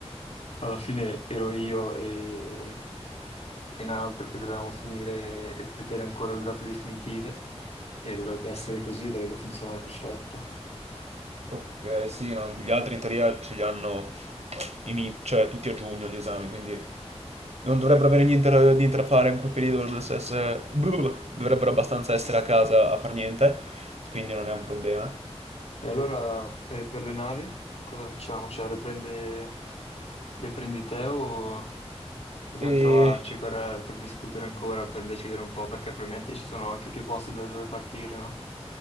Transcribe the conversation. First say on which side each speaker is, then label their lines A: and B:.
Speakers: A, on the left (about 70°); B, on the right (about 75°).
A: Alla fine ero io e, e un altro che dovevamo finire e vedere ancora le date definitive e dovrebbe essere così, dovrebbe funzionare perfetto.
B: Ok, sì, no, anche gli altri in teoria ce li hanno ini- cioè, tutti a giugno gli esami, quindi non dovrebbero avere niente, da niente da fare in quel periodo, dovrebbero, essere, dovrebbero abbastanza essere a casa a far niente, quindi non è un problema.
A: E allora eh, per le navi cosa facciamo? Cioè le prende, le prendi te o dobbiamo
B: E
A: trovarci per, per discutere ancora, per decidere un po', perché probabilmente ci sono anche più posti da dove partire, no?